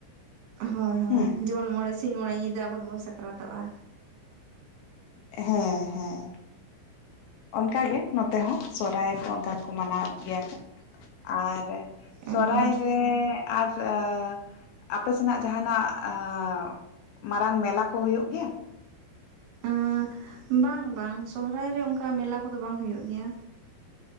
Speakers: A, on the right (about 70°); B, on the left (about 80°).
A: ᱦᱳᱭ, ᱦᱳᱭ,
B: ᱦᱩᱸ
A: ᱡᱮᱢᱚᱱ ᱢᱚᱬᱮ ᱥᱤᱧ ᱢᱚᱬᱮ ᱧᱤᱫᱟᱹ, ᱟᱵᱚ ᱫᱚᱵᱚᱱ ᱥᱟᱠᱨᱟᱛᱚᱜᱼᱟ᱾
B: ᱦᱮᱸ, ᱦᱮᱸ᱾ ᱚᱱᱠᱟᱜ ᱜᱮ ᱱᱚᱛᱮ ᱦᱚᱸ, ᱥᱚᱨᱦᱟᱭ ᱠᱚ ᱚᱱᱠᱟ ᱠᱚ, ᱢᱟᱱᱟᱣᱮᱫ ᱜᱮᱭᱟ ᱠᱚ, ᱟᱨ
A: ᱦᱮᱸ
B: ᱥᱚᱨᱦᱟᱭ ᱨᱮ, ᱟᱨ ᱟᱸ ᱟᱯᱮ ᱥᱮᱱᱟᱜ ᱡᱟᱦᱟᱸᱟᱱᱟᱜ, ᱟᱸ ᱢᱟᱨᱟᱝ ᱢᱮᱞᱟ ᱠᱚ ᱦᱳᱭᱳᱜ ᱜᱮᱭᱟ?
A: ᱟᱸ ᱵᱟᱝ, ᱵᱟᱝ ᱥᱚᱦᱚᱨᱟᱭ ᱨᱮ, ᱚᱱᱠᱟ ᱢᱮᱞᱟ ᱠᱚᱫᱚ, ᱵᱟᱝ ᱦᱳᱭᱳᱜ ᱜᱮᱭᱟ᱾